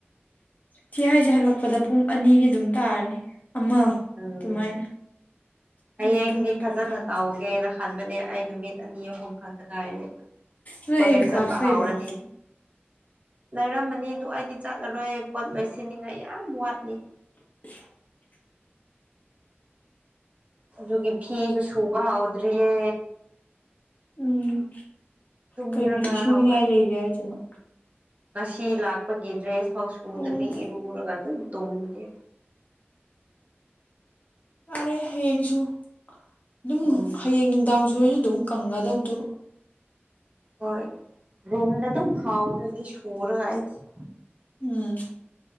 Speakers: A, on the left; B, on the right.
A: ꯁꯤ ꯍꯥꯏꯁꯦ ꯍꯜꯂꯛꯄꯗ ꯄꯨꯡ ꯑꯅꯤꯗꯤ ꯑꯗꯨꯝ ꯇꯥꯔꯅꯤ ꯑꯃ
B: ꯎꯝ
A: ꯑꯗꯨꯃꯥꯏꯅ ꯑꯗꯨ
B: ꯍꯌꯦꯡꯗꯤ
A: ꯃꯇꯨꯡꯗ ꯇꯧ
B: ꯐꯖꯅ
A: ꯇꯥꯕꯅꯤ
B: ꯇꯥꯎ ꯒ‌ꯦꯅ ꯈꯟꯕꯅꯦ ꯑꯩ ꯅꯨꯃꯤꯠ ꯑꯅꯤ ꯑꯍꯨꯝ ꯈꯛꯇ ꯉꯥꯏꯔꯦ
A: ꯅꯣꯏ
B: ꯀꫭꯂꯦꯁ
A: ꯍꯌꯦꯡ ꯀ꯭ꯂꯥꯁ
B: ꯆꯠꯄꯥ
A: ꯂꯩꯕ꯭ꯔꯣ
B: ꯍꯥꯥꯎꯔꯅꯤ ꯂꯩꯔꯝꯃꯅꯤ ꯑꯗꯨ ꯑꯩꯗꯤ ꯆꯠꯂꯔꯣꯏ ꯄꯣꯠ ꯂꯣꯏꯁꯤꯟꯅꯤꯡꯉꯥꯏ ꯌꯥꯝ ꯋꯥꯠꯂꯤ
A: <inaudible>
B: ꯑꯗꯨꯒꯤ ꯐꯤꯁꯨ ꯁꯨꯕ ꯍꯧꯎꯗ꯭ꯔꯤꯌꯦ
A: ꯎꯝ
B: ꯇꯨꯝꯔꯒ
A: ꯀꯩ ꯐꯤ ꯁꯨꯅꯤꯡꯉꯥꯏ
B: ꯍꯧꯒꯠ
A: ꯂꯩꯒꯦ ꯍꯥꯏꯁꯤꯅ
B: ꯉꯁꯤ ꯂꯥꯛꯄꯒꯤ ꯗ꯭ꯔꯦꯁ ꯐꯥꯎ ꯁꯨꯗꯕꯤ
A: ꯑꯣ
B: ꯏꯔꯨꯔꯒ ꯑꯗꯨꯝ ꯇꯨꯝꯕꯅ‌ꯦ
A: ꯌꯥꯔꯦ ꯍꯌꯦꯡꯁꯨ ꯑꯗꯨꯝ
B: ꯎꯝ
A: ꯍꯌꯦꯡ ꯅꯨꯡꯗꯥꯡ ꯁꯔꯁꯨ ꯑꯗꯨꯝ ꯀꯪꯒꯗꯧꯗꯕꯨ
B: ꯍꯣꯏ ꯔꯣꯝꯗ ꯑꯗꯨꯝ ꯐꯥꯎꯥꯗꯣꯏꯗꯤ <unintelligible> <unintelligible> ꯁꯨꯔꯒꯥꯏꯗꯤ
A: ꯎꯝ